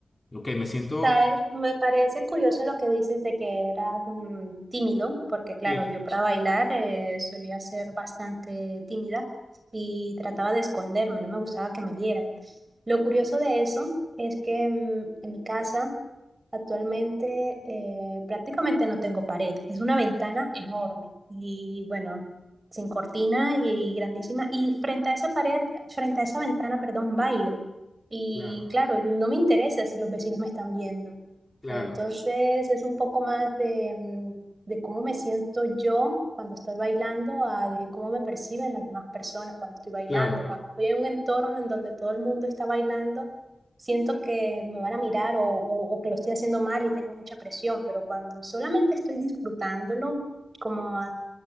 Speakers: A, on the left; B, on the right.
A: Ok, me siento...
B: Sabes, me parece curioso lo que dices de que eras mm, tímido, porque claro,
A: Sí,
B: yo para bailar eh, solía ser bastante tímida y trataba de esconderme, no me gustaba que me vieran. Lo curioso de eso es que mm, en mi casa actualmente eh, prácticamente no tengo pared, es una ventana enorme y bueno, sin cortina y grandísima. Y frente a esa pared, frente a esa ventana, perdón, bailo. Y
A: claro,
B: claro, no me interesa si los vecinos me están viendo.
A: claro,
B: Entonces es un poco más de, mm, de cómo me siento yo cuando estoy bailando a de cómo me perciben las demás personas cuando estoy bailando.
A: claro.
B: Cuando estoy en un entorno en donde todo el mundo está bailando, siento que me van a mirar o, o o que lo estoy haciendo mal y tengo mucha presión, pero cuando solamente estoy disfrutándolo, como